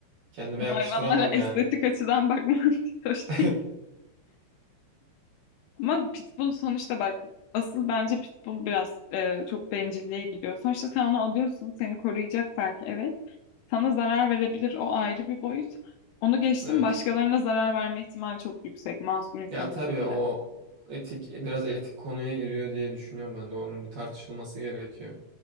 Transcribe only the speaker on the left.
Hayvanlara
estetik açıdan bakmak <laughs> hiç hoş
değil. Ama pitbull sonuçta bak asıl bence pitbull biraz e, çok bencilliğe gidiyor. Sonuçta sen onu alıyorsun, seni koruyacak belki evet. Sana zarar verebilir o ayrı bir boyut. Onu geçtim
başkalarına zarar verme ihtimali çok yüksek masum insanlara
bile.